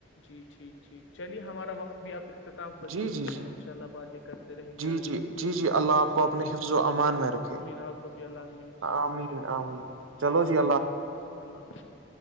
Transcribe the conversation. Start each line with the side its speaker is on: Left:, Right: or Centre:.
Left: جی ٹھیک ٹھیک چلیے ہمارا وقت <unintelligible> اختتام فضیل
Right: جی
Left: ہوتا
Right: جی جی
Left: ہے ان شاء اللہ باتیں کرتے رہیں
Right: جی
Left: گے آگے
Right: جی
Left: بھی
Right: جی جی اللہ آپ کو
Left: جی
Right: اپنے حفظ و امان
Left: جی
Right: میں رکھے
Left: آمین آپ کو بھی اللہ حفامان
Right: آمین
Left: میں رکھے
Right: آمین چلو
Left: چلیے
Right: جی
Left: اللہ حافظ اللہ حافظ